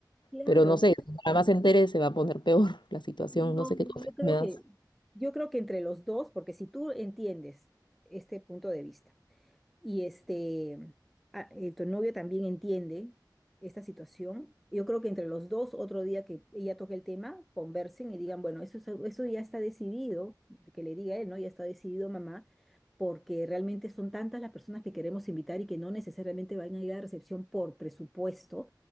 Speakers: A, in the centre; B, on the left (about 85°).
A: Claro,
B: Pero no sé, para más se entere, se va a poner peor <laughs> la situación,
A: no,
B: no sé qué cosas
A: yo creo
B: me das.
A: que, yo creo que entre los dos, porque si tú entiendes este punto de vista, Y este, a- eh, tu novio también entiende esta situación. Yo creo que entre los dos, otro día que ella toque el tema, conversen y digan, bueno, eso, es eso ya está decidido, que le diga él, ¿no? Ya está decidido, mamá, porque realmente son tantas las personas que queremos invitar y que no necesariamente van a ir a la recepción por presupuesto,